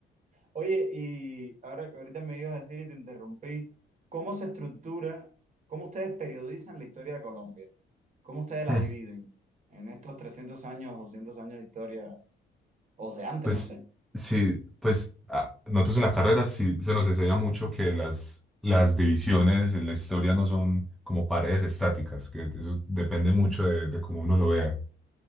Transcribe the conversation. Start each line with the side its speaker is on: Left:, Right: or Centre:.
Right: Oye, y ahora ahorita me ibas a decir y te interrumpí, ¿cómo se estructura, cómo ustedes periodizan la historia de Colombia? ¿Cómo ustedes la
Centre: Hmm.
Right: dividen en estos 300 años, 200 años de historia, o de antes,
Centre: Pues
Right: no sé?
Centre: sí, pues a- nosotros en la carrera sí se nos enseña mucho que las, las divisiones en la historia no son como paredes estáticas, que eso depende mucho de, de cómo uno lo vea.